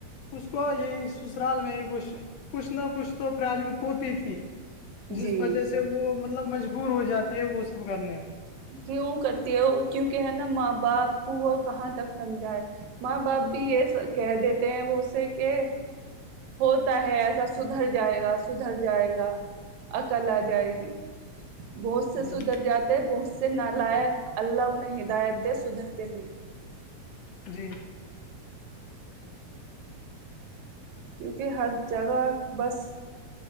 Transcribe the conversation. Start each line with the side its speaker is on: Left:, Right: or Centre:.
Left: اس کو یہی سسرال میں یہ کچھ کچھ نہ کچھ تو پرابلم ہوتی تھی جس
Right: جی
Left: وجہ سے وہ مطلب مجبور ہو جاتی ہے وہ سب کرنے میں
Right: کیوں کرتی ہے وہ کیوں کہ ہے نا ماں باپ کو وہ کہاں تک سمجھائے ماں باپ بھی یہ کہہ دیتے ہیں وہ سے کہ ہوتا ہے ایسا سدھر جائے گا سدھر جائے گا عقل آ جائے گی بہت سے
Left: جی
Right: سدر جاتے بہت سے نالائق اللہ انہیں ہدایت دے سدھرتے نہیں
Left: جی
Right: کیونکہ ہر جگہ بس